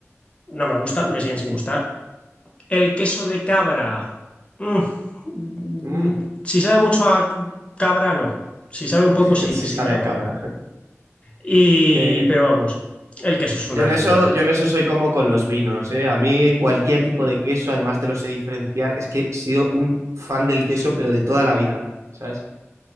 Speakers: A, on the left; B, on the right.
A: no me gustan, me siguen sin gustar. El queso de cabra. Mm, mm,
B: Mm,
A: Si sabe mucho a cabra, no. Si sabe un
B: <laughs>
A: poco, sí,
B: sí
A: sí
B: sabe
A: me lo
B: a
A: como.
B: cabra.
A: Y,
B: Que
A: pero vamos, el queso es
B: Yo
A: una
B: en
A: debilidad.
B: eso, yo en eso soy como con los vinos, ¿eh? A mí cualquier tipo de queso, además te lo sé diferenciar. Es que he sido un fan del queso, pero de toda la vida, ¿sabes?